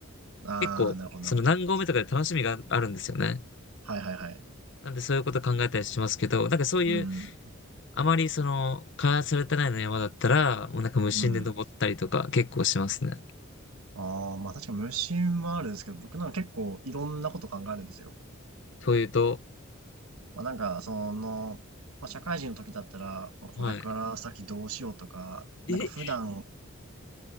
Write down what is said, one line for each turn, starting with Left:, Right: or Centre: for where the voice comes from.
Right: ああ、
Left: 結構、
Right: なるほどなるほど。
Left: その何合目とかで楽しみがああるんですよね。
Right: はいはいはい。
Left: なんでそういうこと考えたりしますけど、なんかそういう、
Right: うん。
Left: あまりその、開発されてないの山だったら、もうなんか無心で登ったりとか結構しますね。
Right: うん。ああ、まあ確かに無心はあるんですけど、僕なんか結構いろんなこと考えるんですよ。
Left: というと、
Right: まあなんか、その、まあ社会人の時だったら、まあこれから先どうしようとか、
Left: はい。え、
Right: なんか普段、